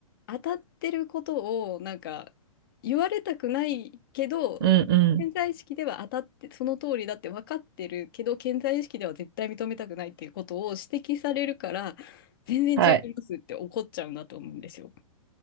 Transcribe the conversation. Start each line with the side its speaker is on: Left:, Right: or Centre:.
Left: 当たってることをなんか言われたくないけど、
Right: うん、うん。
Left: 潜在意識では当たって、その通りだって分かってるけど、潜在意識では絶対認めたくないっていうことを指摘されるから、全然違いますって怒っちゃうんだと思うんですよ。
Right: はい。